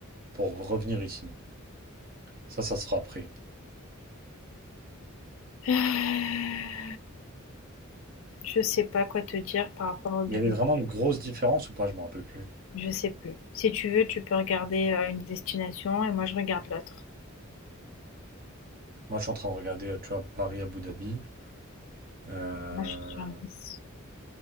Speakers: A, on the right; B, on the left.
A: pour revenir ici. Ça, ça se fera après.
B: heu <sighs> je sais pas quoi te dire par rapport au billet.
A: Il y avait vraiment une grosse différence ou pas? Je me rappelle plus.
B: Je sais plus. Si tu veux, tu peux regarder, heu, une destination et moi je regarde l'autre.
A: Moi, je suis en train de regarder, euh, tu vois, Paris-Abu Dhabi. Euh,
B: Moi je suis sur Nice.